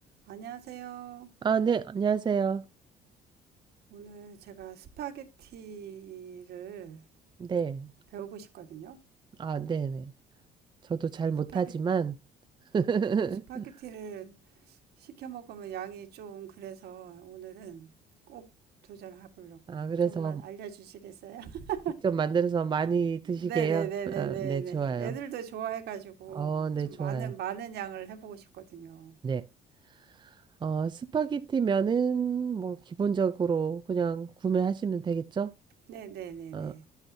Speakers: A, on the right (about 70°); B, on the right (about 25°).
A: 안녕하세요.
B: 아, 네, 안녕하세요.
A: 오늘 제가 스파게티를
B: 네.
A: 배우고 싶거든요.
B: 아, 네네. 저도 잘
A: 스파게,
B: 못하지만, <laughs>
A: 저 스파게티를 시켜 먹으면 양이 좀 그래서 오늘은 꼭 도전해 보려고
B: 아, 그래서
A: 좀만 알려주시겠어요? <laughs>
B: 직접 만들어서 많이 드시게요.
A: 네네네네네네.
B: 아, 네, 좋아요.
A: 애들도 좋아해가지고
B: 어, 네,
A: 좀
B: 좋아요.
A: 많은, 많은 양을 해보고 싶거든요.
B: 네. 어, 스파게티 면은 뭐 기본적으로 그냥 구매하시면 되겠죠?
A: 네네네네.
B: 어, 어.